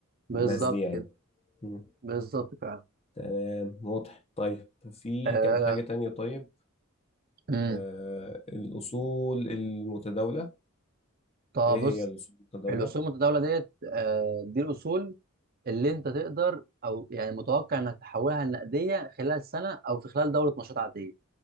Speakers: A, on the right; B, on the left.
A: بالظبط
B: الناس دي يعني
A: كده
B: مم.
A: بالظبط فعلا
B: تمام واضح طيب في
A: آه.
B: كان حاجة تانية طيب
A: امم
B: آه الأصول المتداولة
A: طب
B: إيه
A: بص
B: هي الأصول المتداولة؟
A: الاصول المتداوله ديت آه. دي الاصول اللي انت تقدر او يعني متوقع انك تحولها لنقديه خلال سنه او في خلال دوره نشاط عاديه